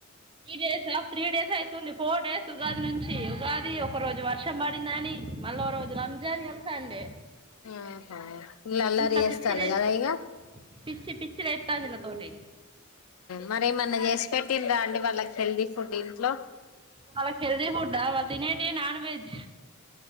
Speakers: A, on the right (about 25°); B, on the left (about 90°).
A: త్రీ డేసా ఆ త్రీ డేస్ అయితుంది ఫోర్ డేస్ ఉగాది నుంచి ఉగాది ఒక్క రోజు వర్షం వర్షం పడిందని మళ్ళ ఓ రోజు రంజాన్ ఇగ సండే
B: ఆహా వీళ్ళు అల్లరి
A: ఇంట్లో
B: చేస్తాండ్రు
A: పిచ్చి లెస్
B: కదా
A: పో
B: ఇగ
A: పిచ్చి పిచ్చి లేస్తాంది ఇళ్ళ తోటి
B: మారెమ్మన్న చేసి పెట్టిండ్రా అండి వాళ్ళకి హెల్దీ ఫుడ్ ఇంట్లో
A: వాళ్ళకి హెల్ది ఫుడా వాళ్ళ తినేటె నాన్ వెెజ్